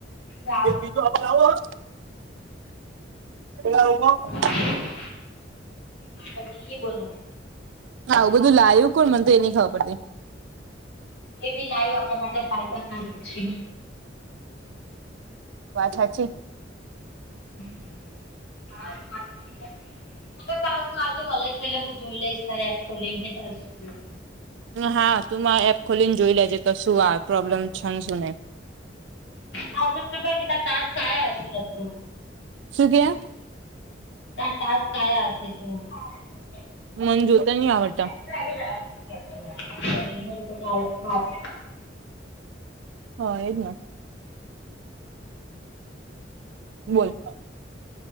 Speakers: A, on the left; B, on the right.
A: ચાલો
B: <unintelligible> એલા રૂમમાં <unintelligible>
A: <unintelligible> બોલો
B: આવુ બધું લાયુ કોણ મન તો એ ની ખબર પડતી.
A: એ બી લાયુ આપડને તો ફાયદાકારક છે.
B: વાત સાચી.
A: <inaudible> તું ને પાલતુ આવજે કોલેજમાં એટલે મુ જોઈ લઈશ તારે એપ ખોલીને તાર શું જો
B: હાર, તું માર એપ ખોલીન જોઈ લેજે તો શું આ પ્રોબ્લેમ છે ને શું નઈ.
A: સાબ તો <unintelligible> ટાસ્ક આયા હશે લગભગ.
B: શું કે?
A: તાર ટાસ્ક આયા હશે તો. <unintelligible>
B: મને જોતા નહી આવડતા હઅ એ જ ને. બોલ.